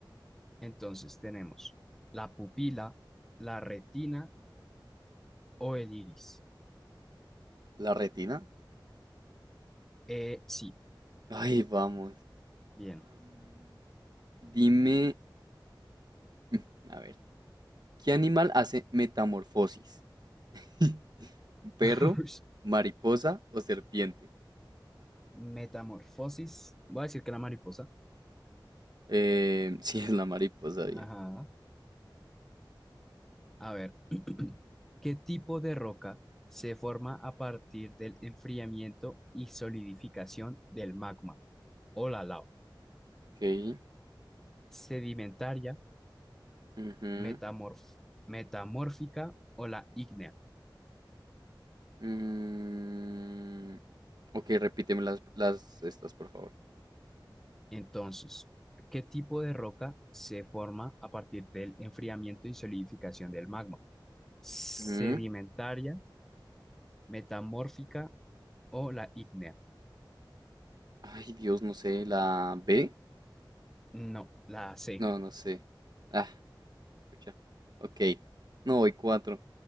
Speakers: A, in the centre; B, on the right (about 55°).
A: Entonces tenemos la pupila, la retina o el iris.
B: ¿La retina?
A: Eh, sí,
B: Ay, vamos.
A: bien.
B: Dime, <laughs> a ver, ¿qué animal hace metamorfosis? <laughs> ¿Perro,
A: <laughs> Ush.
B: mariposa o serpiente?
A: Metamorfosis. Voy a decir que la mariposa.
B: Eh, <laughs> sí, es la mariposa, bien.
A: Ajá. A ver, <clears throat> ¿qué tipo de roca se forma a partir del enfriamiento y solidificación del magma? o la lava,
B: Ok.
A: sedimentaria,
B: ujú,
A: metamorf- metamórfica o la ígnea.
B: mm, ok, repíteme las, las estas, por favor.
A: Entonces, ¿qué tipo de roca se forma a partir del enfriamiento y solidificación del magma? ¿Sedimentaria,
B: Ujú.
A: metamórfica o la ígnea?
B: Ay, Dios, no sé, ¿la B?
A: No, la C.
B: No, no sé. Ah, escucha. Ok. No, voy cuatro.